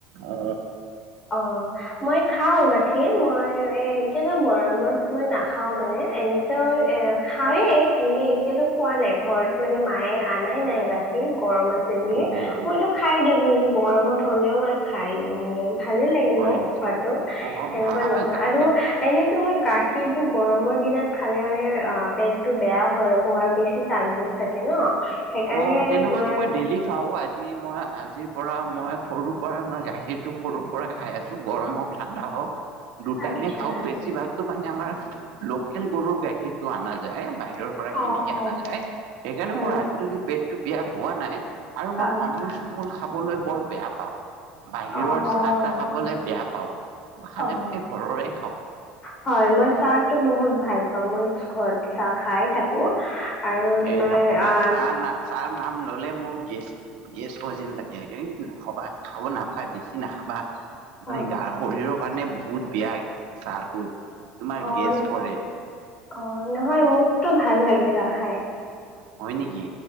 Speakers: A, on the right; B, on the left.
A: অ,
B: অ মই খাও গাখীৰ মই এ এতিয়াতো গৰমত মই নাখাও মানে, এনেতো এ খাওয়েই মানে এতিয়াতো খোৱা নাই ঘৰত মানে মায়ে আনায়ে নাই গাখীৰ গৰম আছে বুলি।
A: অ', অ',
B: মইতো খাই দিওঁ কিন্তু গৰমত হলেও মই খাই দিওঁ মানে ভালে লাগে
A: হয়
B: মোক
A: নেকি?
B: খোৱাটো,
A: অ',
B: সেনেকুৱা
A: ভাল
B: নহয়।
A: গাখীৰ
B: আৰু এনে তোমাৰ গাখীৰতটো গৰমৰ দিনত খালে মানে অ পেট টো বেয়া হয় হোৱাৰ বেছি চানছেছ থাকে ন। সেইকাৰণে
A: অ তেনেকুৱাতো
B: তোমাৰ
A: মই ডেইেলি খাও। আজি মই আজি পৰা মই সৰুৰ পৰাই মই গাখীৰটো সৰুৰ পৰাই খাই আছোঁ, গৰম হওক ঠাণ্ডা হওক। দুটাইমে
B: আচ্ছা
A: খাওঁ বেছিভাগতো মানে আমাৰ লোকেল গৰুৰ গাখীৰটো অনা যায়। বা হিৰৰ পৰা কিনিকে
B: অ অ
A: আনা যায়। সেইকাৰণে
B: হয়
A: মোৰ
B: নেকি
A: আজিলৈকে পেটটো বেয়া হোৱা নাই। আৰু মই
B: অ
A: অমূল চামূল খাবলৈ বৰ বেয়া পাওঁ। বাহিৰৰ
B: অ', অ',
A: চাহ তাহ খাবলে বেয়া পাও। খালে
B: অ'।
A: মানে ঘৰৰে খাওঁ।
B: হয় মই চাহতো বহুত ভাল পাওঁ মই ঘৰত চাহ খাই থাকো। আৰু তোমাৰ
A: এ নকবা
B: আহ
A: চাহ না চাহ নাম ললে মোৰ গেষ্ট গেছ হোৱা যেন লাগে। হেই নাখাবাই খাব নাপায়, বেছি নাখাবা। মানে
B: অ',
A: গা-শৰীৰৰ কাৰণে বহুত বেয়া চাহটো, তোমাৰ
B: অ',
A: গেছ কৰে।
B: অ নহয় মোকতো ভাল লাগে চাহ খাই।
A: হয় নিকি?